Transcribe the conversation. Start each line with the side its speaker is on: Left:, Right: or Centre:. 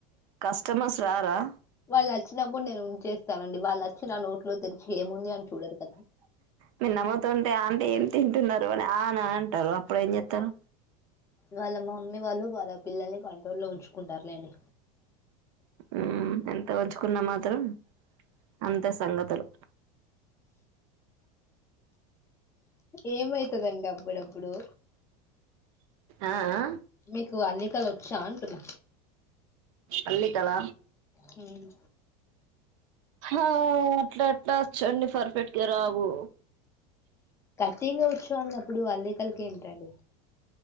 Right: కస్టమర్స్ రారా
Left: వాళ్ళు వచ్చినప్పుడు నేను ఉంచేస్తానండి వాళ్ళు వచ్చి నా నోట్లో తెరిచి ఏముంది అని చూడరు కదా
Right: మీరు నమ్ముతుంటే అంటే ఏం తింటున్నారు అని అని అంటారు అప్పుడు ఏం చెతారు
Left: వాళ్ళ మా మమ్మీ వాళ్ళు వాళ్ళ పిల్లల్ని కంట్రోల్ లో ఉంచుకుంటారులేండి
Right: హ్మ్మ్ ఎంత ఉంచుకున్నా మాత్రం అంత సంగతులు
Left: ఏమైతుందండి బ్బు డబ్బు ఇప్పుడు
Right: ఆ ఆ
Left: మీకు అల్ వంటలు వచ్చా అంటున్న
Right: అల్లికల
Left: హ్మ్మ్
Right: ఆ అట్లా అట్లా వ చండి పర్ఫెక్ట్గా రావు
Left: కట్టింగా వచ్చో అన్నప్పుడు అల్లేకలకి ఏంటండి